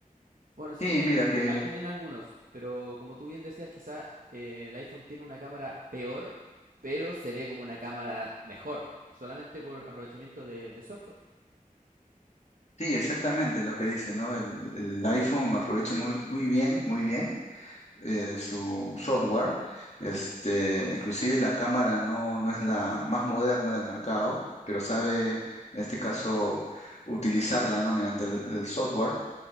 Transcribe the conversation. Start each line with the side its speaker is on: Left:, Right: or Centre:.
Right: Bueno, sí,
Left: Sí,
Right: tienen,
Left: mira que,
Right: al- tienen algunos, pero como tú bien decías, quizá eh, el iPhone tiene una cámara peor, pero se ve como una cámara mejor, solamente por aprovechamiento de, de software.
Left: sí, exactamente lo que dice, ¿no? El, el iPhone aprovecha muy, muy bien, muy bien eh, su software. Este, inclusive la cámara no, no es la más moderna del mercado, pero sabe, en este caso, utilizarla, ¿no? Mediante el el software